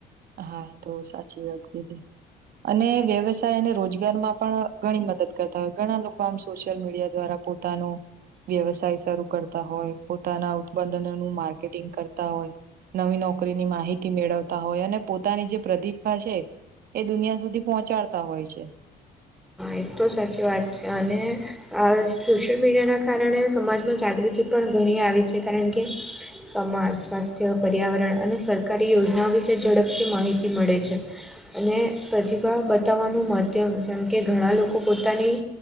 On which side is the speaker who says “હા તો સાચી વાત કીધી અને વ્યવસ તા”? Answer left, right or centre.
Right